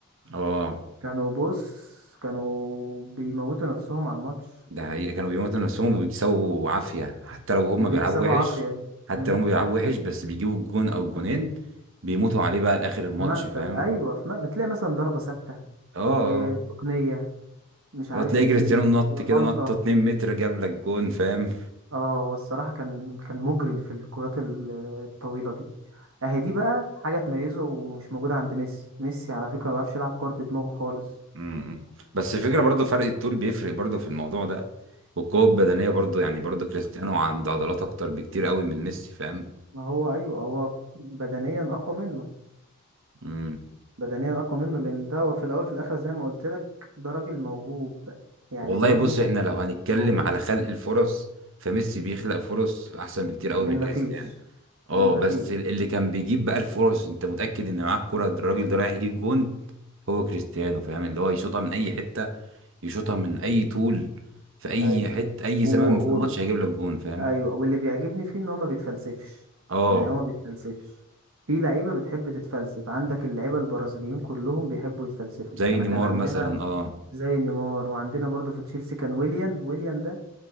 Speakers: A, on the right; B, on the right.
A: اه
B: كانوا بص كانوا بيموتوا نفسهم على الماتش
A: ده حقيقة كانوا بيموتوا نفسهم وبيكسبوا عافية حتى لو هم
B: وبيكسبوا
A: بيلعبوا وحش
B: عافية
A: حتى
B: امم
A: لو هم بيلعبوا وحش بس بيجيبوا الجون او الجونين بيموتوا عليه بقى لاخر الماتش
B: في مقتل
A: فاهم
B: ايوه في مقتل. بتلاقي مثلا ضربة ثابتة
A: اه اه
B: إيه تقنية مش عارف
A: آه، تلاقي
B: ايه
A: كريستيانو نط
B: غلطة
A: كده نطة 2 متر جاب لك جون فاهم
B: اه هو الصراحة كان كان مجرم في الكرات ال- الطويلة دي اهي دي بقى حاجة تميزه ومش موجودة عند ميسي ميسي على فكرة ما بيعرفش يلعب كور بدماغه خالص
A: امم بس الفكرة برضو فرق الطول بيفرق برضو في الموضوع ده والقوة البدنية برضو يعني برضو كريستيانو عنده عضلات اكتر بكتير قوي من ميسي فاهم
B: ما هو ايوه هو بدنيا اقوى منه
A: امم
B: بدنيا اقوى منه لان ده هو في الاول في الاخر زي ما قلت لك ده راجل موهوب يعني
A: والله
B: برضو
A: بص احنا لو هنتكلم
B: موهوب
A: على خلق الفرص فميسي بيخلق فرص احسن بكتير قوي
B: من
A: من كريستيانو
B: ما فيش
A: اه
B: من ما
A: بس
B: فيش
A: اللي كان بيجيب بقى الفرص انت متأكد ان معاك كرة الراجل ده رايح يجيب جون هو كريستيانو فاهم اللي هو يشوطها من اي حتة يشوطها من اي طول في اي
B: ايوه
A: حتة اي
B: و...
A: زمن
B: و...
A: في الماتش هيجيب لك جون فاهم
B: ايوه واللي بيعجبني فيه ان هو ما بيتفلسفش
A: اه
B: يعني هو ما بيتفلسفش في لعيبه بتحب تتفلسف عندك اللعيبه البرازيليين كلهم بيحبوا يتفلسفوا
A: زي
B: انا
A: نيمار
B: كان عندنا
A: مثلا اه
B: زي نيمار وعندنا برضه في تشيلسي كان ويليان ويليان ده